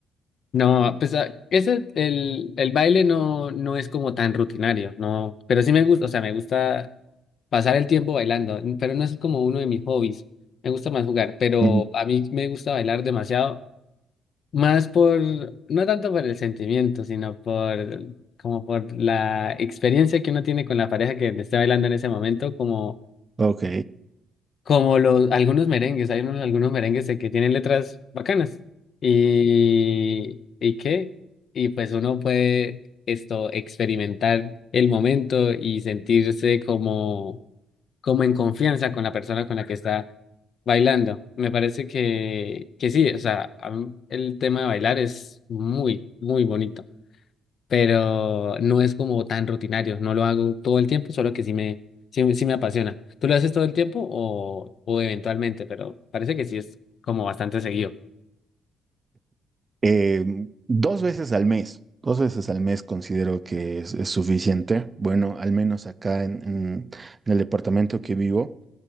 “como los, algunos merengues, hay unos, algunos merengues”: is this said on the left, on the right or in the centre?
Left